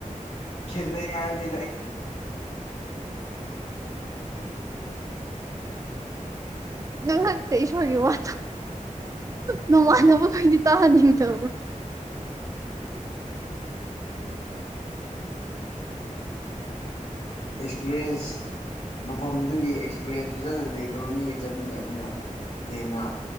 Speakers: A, on the left (about 55°); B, on the right (about 25°).
A: ꯈꯗꯗꯤ
B: ꯅꯪ ꯍꯟꯛꯇꯦ ꯏꯁ ꯏꯁꯣꯔꯒꯤ ꯋꯥ ꯅꯣꯡꯃꯥꯟꯅꯕꯈꯩꯗꯤ ꯇꯥꯍꯟꯅꯤꯡꯉ ꯆ
A: ꯑꯦꯛꯁꯄꯤꯔꯤꯌꯦꯟꯁ ꯃꯐꯝꯗꯨꯒꯤ ꯑꯦꯛꯁꯄꯤꯔꯌꯦꯟꯁ ꯐꯖꯅ ꯂꯩꯈ꯭ꯔꯕ ꯃꯤꯒ ꯆꯠꯃꯤꯟꯅꯕꯅ ꯍꯦꯟꯅ